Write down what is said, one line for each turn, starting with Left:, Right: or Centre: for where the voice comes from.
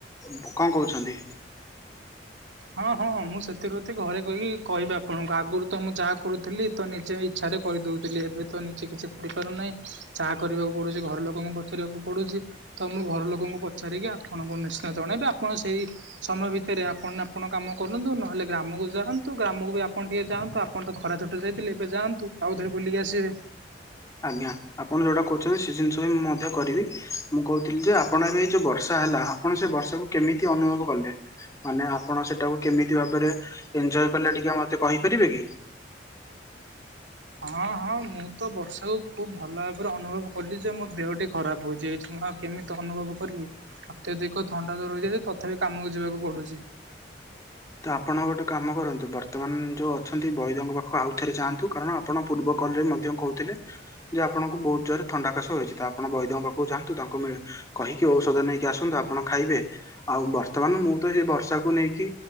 Left: ବୋ କଣ କହୁଛନ୍ତି?
Right: ହଁ ହଁ ମୁଁ ସେଥିରୁତି ଘରେ କହିକି କହିବି ଆପଣଙ୍କୁ ଆଗରୁ ତ ମୁଁ ଯାହା କରୁଥିଲି। ତ ନିଜେ ଇଚ୍ଛାରେ କରିଦଉଥିଲି ଏବେ ତ ନିଜେ କିଛି କରିପାରୁନାହିଁ। ଚାହା କରିବାକୁ ପଡୁଚି ଘର ଲୋକଙ୍କୁ ପଚାରିବାକୁ ପଡୁଚି। ତ ମୁଁ ଘର ଲୋକଙ୍କୁ ପଚାରିକି ଆପଣଙ୍କୁ ନିଶ୍ଚୟ ଜଣେଇବି ଆପଣ ସେଇ ସମୟ ଭିତରେ ଆପଣ ଆପଣ କାମ କରନ୍ତୁ ନହେଲେ ଗ୍ରାମକୁ ଯାଆନ୍ତୁ ଗ୍ରାମକୁ ବି ଆପଣ ଟିକେ ଯାଆନ୍ତୁ ଆପଣ ତ ଖରା ଛୁଟି ରେ ଯାଇଥିଲେ ଏବେ ଯାଆନ୍ତୁ। ଆଉ ଥରେ ବୁଲିକି ଆସିବେ।
Left: ଆଜ୍ଞା ଆପଣ ଯୋଉଟା କହୁଚନ୍ତି ସେ ଜିନିଷ ବି ମୁଁ ମଧ୍ୟ କରିବି ମୁଁ କହୁଥିଲି ଯେ ଆପଣ ଏବେ ଯୋଉ ବର୍ଷା ହେଲା ଆପଣ ସେ ବର୍ଷାକୁ କେମିତି ଅନୁଭବ କଲେ। ମାନେ ଆପଣ ସେଟାକୁ କେମିତି ଭାବରେ ଏନ୍ଞ୍ଜୟ କଲେ ଟିକେ ମତେ କହିପାରିବେ କି?
Right: ହଁ ହଁ ମୁଁ ତ ବର୍ଷାକୁ ଖୁବ୍ ଭଲ ଭାବରେ ଅନୁଭବ କଲି ଯେ ମୋ ଦେହଟି ଖରାପ ହୋଇଯାଇଚି ମୁଁ ଆଉ କେମିତି ଅନୁଭବ କରିବି ଅତ୍ୟଧିକ ଥଣ୍ଡା ଜ୍ବର ହୋଇଯାଇଚି ତଥାପି କାମକୁ ଯିବାକୁ ପଡୁଚି।
Left: ତ ଆପଣ ଗୋଟେ କାମ କରନ୍ତୁ ବର୍ତ୍ତମାନ ଯୋଉ ଅଛନ୍ତି ବୈଦଙ୍କ ପାଖକୁ ଆଉ ଥରେ ଯାଆନ୍ତୁ କାରଣ ଆ ପଣ ପୂର୍ବ କଲ୍ ରେ ମଧ୍ୟ କହୁଥିଲେ। ଯେ ଆପଣଙ୍କୁ ବହୁତ ଜୋରରେ ଥଣ୍ଡା କାଶ ହୋଇଛି ତ ଆପଣ ବୈଦଙ୍କ ପାଖକୁ ଯାଆନ୍ତୁ ତାଙ୍କୁ ମେ କହି କି ଔଷଧ ନେଇକି ଆସନ୍ତୁ ଆପଣ ଖାଇବେ ଆଉ ବର୍ତ୍ତମାନ ମୁଁ ତ ସେଇ ବର୍ଷାକୁ ନେଇକି